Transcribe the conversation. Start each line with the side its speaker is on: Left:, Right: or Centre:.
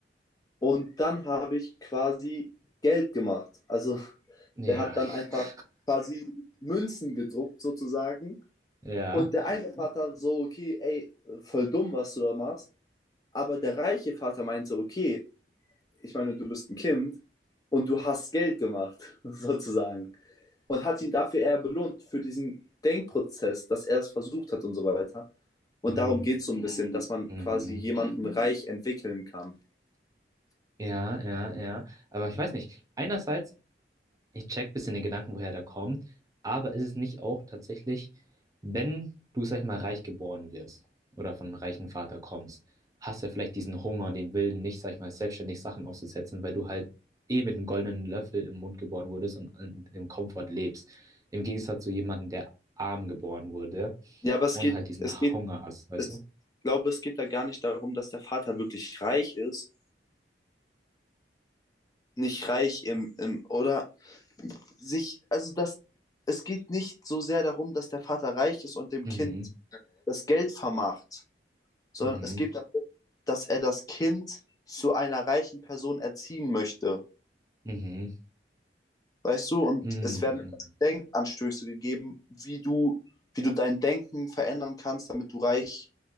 Left: Und dann habe ich quasi Geld gemacht. Also
Right: ja,
Left: der hat dann
Right: <laughs>
Left: einfach quasi Münzen gedruckt sozusagen.
Right: ja.
Left: Und der eine Vater so, okay, ey, voll dumm, was du da machst. Aber der reiche Vater meinte, okay, ich meine, du bist ein Kind und du hast Geld gemacht, <laughs> sozusagen. Und hat ihn dafür eher belohnt, für diesen Denkprozess, dass er es versucht hat und so weiter. Und
Right: Mhm.
Left: darum geht es so ein bisschen, dass man
Right: Mhm.
Left: quasi jemanden reich entwickeln kann.
Right: Ja, ja, ja. Aber ich weiß nicht. Einerseits. Ich check bisschen den Gedanken, woher der kommt, aber ist es nicht auch tatsächlich, wenn du, sag ich mal, reich geboren wirst oder von einem reichen Vater kommst, hast du ja vielleicht diesen Hunger und den Willen, nicht, sag ich mal, selbstständig Sachen aufzusetzen, weil du halt eh mit einem goldenen Löffel im Mund geboren wurdest und in dem Komfort lebst. Im Gegensatz zu jemandem, der arm geboren wurde
Left: Ja, aber es
Right: und
Left: geht,
Right: halt diesen
Left: es geht
Right: Hunger hast, weißt
Left: es,
Right: du?
Left: ich glaube, es geht da gar nicht darum, dass der Vater wirklich reich ist. Nicht reich im, im oder sich, also das, es geht nicht so sehr darum, dass der Vater reich ist und dem
Right: Mhm,
Left: Kind das Geld vermacht, sondern
Right: mhm,
Left: es geht darum, dass er das Kind zu einer reichen Person erziehen möchte.
Right: mhm,
Left: Weißt du, und
Right: mhm,
Left: es werden
Right: mhm.
Left: Denkanstöße gegeben, wie du, wie du dein Denken verändern kannst, damit du reich,